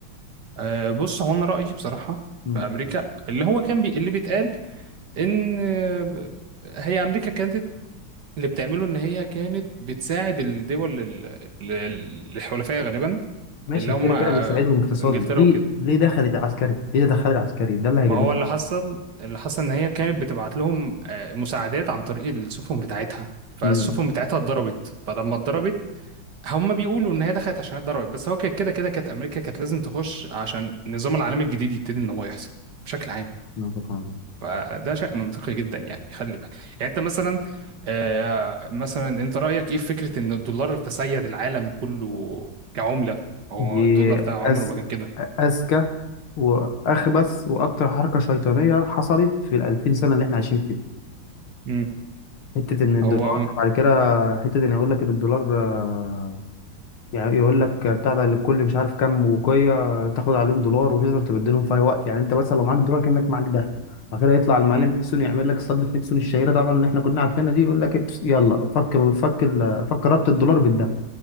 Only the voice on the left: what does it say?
امم
ماشي
كده
كده بتساعدهم اقتصادي
ليه
ليه دخلت عسكري ليه دخلت عسكري ده اللي هيجنني
امم
آه، سبحان الله
دي
أز...
أذكى وأخبث وأكتر حركة شيطانية حصلت في الألفين سنة اللي إحنا عايشين فيها
حتة إن الدولار
وبعد كده حتة إن يقول لك إن الدولار آه، يعني يقول لك بتاع ده لكل مش عارف كام وقية تاخد عليهم دولار وتقدر تبدلهم في أي وقت يعني أنت مثلا لو معاك دولار كأنك معاك ده بعد كده يطلع المعلم
نيكسون يعمل لك صدمة نيكسون الشهيرة طبعا اللي إحنا كلنا عارفينها دي يقول لك إيه، يلا فك ال- فك ال- فك ربط الدولار بالذهب